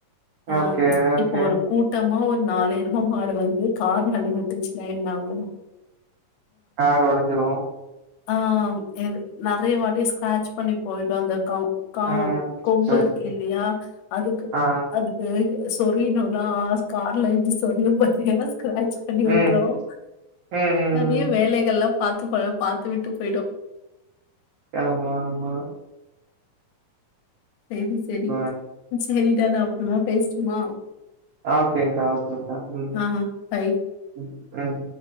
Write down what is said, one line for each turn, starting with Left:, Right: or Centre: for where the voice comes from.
Left: அஹ்
Right: ஓகே ஓகே
Left: இப்போ ஒரு கூட்டமா நாலு எருமமாடு வந்து கார் முட்டுச்சினா என்ன ஆகும்
Right: கார் ஓடஞ்சிரும்
Left: ஆஹ் நெறைய வாட்டி ஸ்கிராட்ச் பண்ணி போயிடும் அது க <inaudible> கா
Right: ம்.
Left: கொம்பு
Right: சரி.
Left: இருக்கு இல்லையா அதுக்கு
Right: ஆ.
Left: அதுக்கு சொரியனும்னா கார்ல சொரிய பார்த்திங்கன ஸ்கிராட்ச் பண்ணி
Right: ம்.
Left: விட்ரும்
Right: ம். ம்.
Left: நிறைய வேலைகள்லாம் பாத்து போ பாத்து விட்டு போய்டும்
Right: ஆமா ஆமா
Left: செரி செரி
Right: இப்ப
Left: செரிடா நான் அப்புறமா பேசட்டுமா
Right: ஓகேக்கா ஓகேக்கா ம்
Left: ஆ பை.
Right: உம்